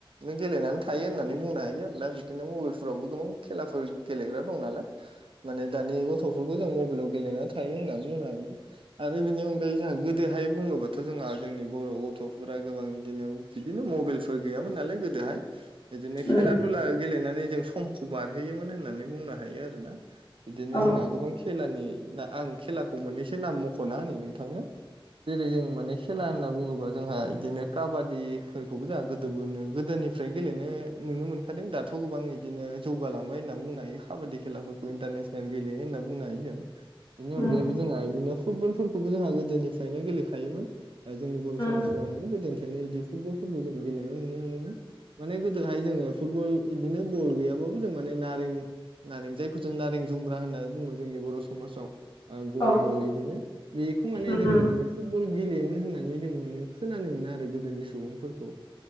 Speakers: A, on the right; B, on the left.
A: गेलेनानै थायो होननानै बुंनो हायो आरो दा बिदिनो मबाइलफोरावबो गोबां खेलाफोर गेलेग्रा दं नालाय माने दानि गथ'फोरखौ जों मबाइलाव गेलेना थायो होननानै बुंनो हायो आरो बिनि अनगायै जोंहा गोदोहाय बुङोबाथ' जोंहा जोंनि बर' गथ'फोरा गोबां बिदिनो बिदिनो मबाइलफोर गैयामोन नालाय गोदोहाय बिदिनो
B: उम
A: खेला खेला गेलेनानै जों समखौ बारहोयोमोन होननानै बुंनो हायो आरोना बिदिनो
B: औ
A: जोंहा गोबां खेलानि आं खेलाखौ मोननैसो नाम मख'ना होनि नोंथांनो जेरै जों माने खेला होनना बुङोबा जोंहा बिदिनो काबादिफोरखौबो जोंहा गोदो बोनो गोदोनि निफ्राय गेलेनो नुनो मोनखादों दाथ' गोबां बिदिनो जौगालांबाय होनना बुंनो हायो काबादि खेलाफोरखौ इन्टारनेसनेल गेलेयो होनना बुंनो हायो जों बेनि अनगायैबो
B: उम
A: जोंहा बिदिनो फुटबलफोरखौबो जोंहा गोदोनिफ्रायनो गेलेखायोमोन जोंनि बर'
B: उम
A: समाजफोराव माने गोदोनिफ्रायनो बिदि फुटबलफोरखौ जों गेलेनाय नुनो मोनोमोन माने गोदोहाय जोङो फुटबल बिदिनो बल गैयाबाबो जों माने नारें नारें जायखौ जों नारें जुम्ब्रा होननानै बुङो जोंनि बर' समाजाव गल
B: औ
A: गल बिदिनो बेखौ माने
B: उम
A: जों
B: उम
A: माने फुटबल गेलेयोमोन होननानै जों माने खोनानो मोनो आरो गोदोनि सुबुंफोरखौ